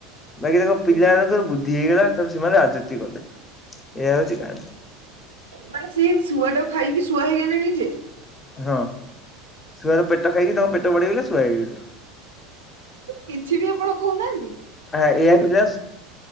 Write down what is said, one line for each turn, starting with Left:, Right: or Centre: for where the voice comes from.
Left: ବାକି ତାଙ୍କ ପିଲାମାନଙ୍କର
Right: ଆଜ୍ଞା।
Left: ବୁଦ୍ଧି ହେଇଗଲା ତା ସେମାନେ ରାଜୁତି କଲେ ଏୟଆ ହଉଛି କାହାଣୀ।
Right: ମାନେ ସେ ଶୁଆ ଟା ଖାଇକି ଶୁଆ ହେଇଗଲେ ଯେ?
Left: ହଁ ଶୁଆ ପେଟ ଖାଇକି ତାଙ୍କ ପେଟ ବଢେଇଗଲେ ଶୁଆ ହେଇଗଲ।
Right: କିଛି ବି ଆପଣ କହୁନାହାନ୍ତି?
Left: ଏଇକୁ ଯା